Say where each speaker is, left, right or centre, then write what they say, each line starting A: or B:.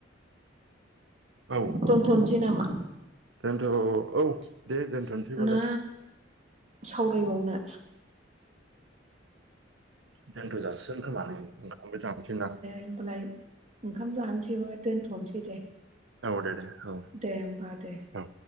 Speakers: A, on the right; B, on the right.
A: औ
B: दोनथनसै नामा
A: दोनथ' औ दे दोनथ'नोसैबालाय
B: ना सावरायबावनो
A: दोन गोजासिन होनानै ओंखामबाय थांफिन आं
B: होनबालाय ओंखाम जानोसैबा दोनथ'नोसै दे
A: औ दे- दे औ
B: दे होमबा दे
A: औ